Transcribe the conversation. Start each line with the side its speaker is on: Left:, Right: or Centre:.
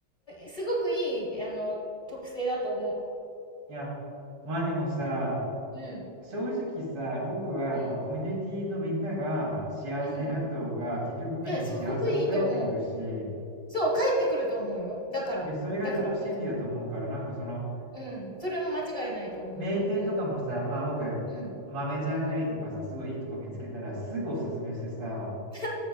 Left: すごくいい、あの、特性だと思
Right: いや、まあでもさ、
Left: う。うん。
Right: 正直さ、僕はやっぱコミュニティのみんなが幸せになった方が、
Left: うん。うん。
Right: 結局僕に幸せも返ってくるし、
Left: いや、すごくいいと思う。そう、帰ってくると思うよ。だから。
Right: で、それが真理だと思うから、
Left: だからこそ。
Right: なんかその、
Left: うん。それは間違いないと思うよ。
Right: 名店とかもさ、
Left: うん。
Right: まあ僕、
Left: うん。
Right: 豆ちゃんカリーとかさ、すごいいいとこ見つけたらすぐおすすめしてさ、
Left: <laughs>